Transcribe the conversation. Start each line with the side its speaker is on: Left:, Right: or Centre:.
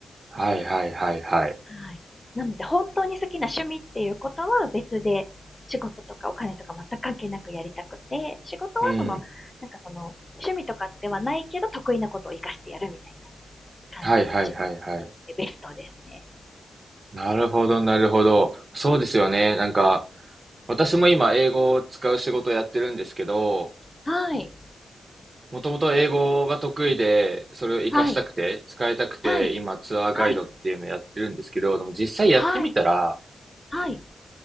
Right: はいはいはいはい。
Left: はい。なので、本当に好きな趣味っていうことは別で、仕事とかお金とか全く関係なくやりたくて、仕事はその、
Right: うん。
Left: なんかその、趣味とかではないけど、得意なことを活かしてやるみたいな感じが自分にとってベストですね。
Right: はいはいはいはい。なるほど、なるほど。そうですよね。なんか、私も今、英語を使う仕事をやってるんですけど、
Left: はい。
Right: もともと英語が得意で、それを活かしたくて、
Left: はい。
Right: 使いたくて、
Left: はい。
Right: 今、ツアーガイドっていうのをやってるんですけど、
Left: はい。
Right: でも実際やってみたら、
Left: はい、はい。